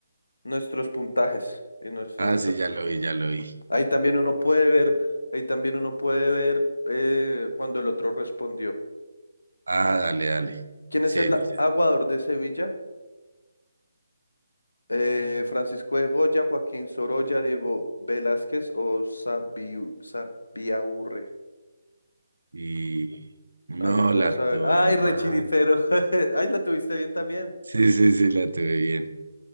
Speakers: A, on the left (about 90°); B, on the right (about 80°).
A: nuestros puntajes y nuestros
B: Ah, sí,
A: perfecciones.
B: ya lo vi, ya lo vi.
A: Ahí también uno puede ver, ahí también uno puede ver eh, cuando el otro respondió.
B: Ah, dale, dale.
A: ¿Quién
B: Sí,
A: es el
B: ahí dice.
A: aguador de Sevilla? Eh, Francisco de Goya, Joaquín Sorolla, Diego Velázquez o Sabiu, Sabiaurre.
B: Y no
A: No, yo qué
B: la
A: vas a ver.
B: tuve
A: Ay,
B: mal.
A: rechiripero. <laughs> Ay, la tuviste bien también.
B: Sí, sí, sí, la tuve bien.